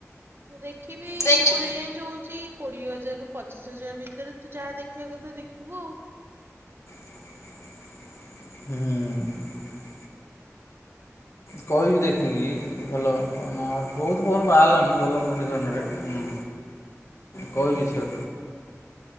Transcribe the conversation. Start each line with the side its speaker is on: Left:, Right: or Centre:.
Right: ମୁଁ ଦେଖିବି
Left: ଦେଖି
Right: ମୋର ରେଞ୍ଚ୍ ଯୋଉ ଛି କୋଡିଏ ହଜାରରୁୁ ପଚିଶ ହଜାର ଭିତରେ ତୁ ଯାହା ଦେଖିବା କଥା ଦେଖିବୁ।
Left: <inaudible> ହୁଁ। କହିବି ଦେଖିକି ଭଲ। କଣ? ବହୁତ ପୋନ
Right: ହୁଁ
Left: ବାହାରିଲାଣି ଭଲ କଣ୍ଡିସନ ରେ ହୁଁ। କଉ ବି ସେ